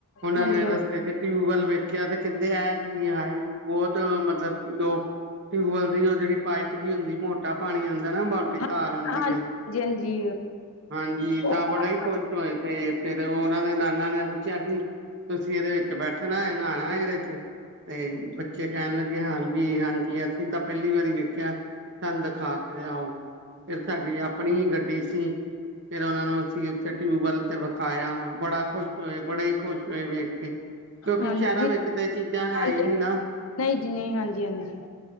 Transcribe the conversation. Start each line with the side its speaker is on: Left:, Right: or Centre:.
Right: ਉਨਾਂ
Left: ਹਾਂਜੀ
Right: ਨੇ
Left: ਹਾਂਜੀ
Right: ਰਸਤੇ ਚ ਟਿਊਬਵੈਲ ਵੇਖੇਆ ਤੇ ਕਹਿੰਦੇ ਐ ਕੀ, ਹਾਏ ਬੋਹਤ ਮਤਲਬ ਕਿ ਓ ਟਿਊਬਵੈਲ ਦੀ ਓ ਜੇੜੀ ਪਾਈਪ ਜਿਹੀ ਹੁੰਦੀ ਮੋਟਾ ਪਾਨੀ ਆਂਦਾ ਨਾ, ਮੋਟੀ
Left: ਹਾਂ
Right: ਤਾਰ ਆਂਦੀ
Left: ਹਾਂਜੀ
Right: ਏ।
Left: ਹਾਂਜੀ
Right: ਹਾਂਜੀ,
Left: ਉਹ
Right: ਤਾਂ ਬੜਾ
Left: ਹਾਂ
Right: ਹੀ ਖੁਸ਼ ਹੋਏ। ਤੇ ਫੇਰ ਉਨਾਂ ਦੇ ਨਾਨਾ ਨੇ ਪੁੱਛੇਆ, ਕਿ ਤੁਸੀਂ ਏਦੇ ਵਿੱਚ ਬੈਠਨਾ ਏ, ਨਹਾਨਾ ਇਦੇ ਚ ਤੇ ਬੱਚੇ ਕਹਿਨ ਲੱਗੇ ਹਾਂਜੀ -ਹਾਂਜੀ ਅਸੀਂ ਤਾਂ ਪਹਿਲੀ ਵਾਰੀ ਵੇਖੇਆ, ਸਾਨੂੰ ਦੇਖਾ ਕੇ ਲੇਆਓ। ਫੇਰ ਸਾਡੀ ਆਪਨੀ ਹੀ ਗੱਡੀ ਸੀ, ਫੇਰ ਉਨਾਂ ਨੂੰ ਅਸੀਂ ਉੱਥੇ ਟਿਊਬਵੈਲ ਤੇ ਵਖਾ ਵਖਾਏਆ ਬੜਾ ਖੁਸ਼ ਹੋਏ, ਬੜੇ ਹੀ ਖੁਸ਼ ਹੋਏ ਵੇਖ ਕੇ, ਕਿਉਂਕਿ
Left: ਹਾਂਜੀ
Right: ਸ਼ਹਿਰਾਂ ਵਿੱਚ ਤਾਂ ਏ ਚੀਜ਼ਾਂ ਹੈ
Left: ਹਾਂਜੀ,
Right: ਹੀ ਨੀ ਨਾ
Left: ਨਈ ਜੀ, ਨਈ ਹਾਂਜੀ -ਹਾਂਜੀ।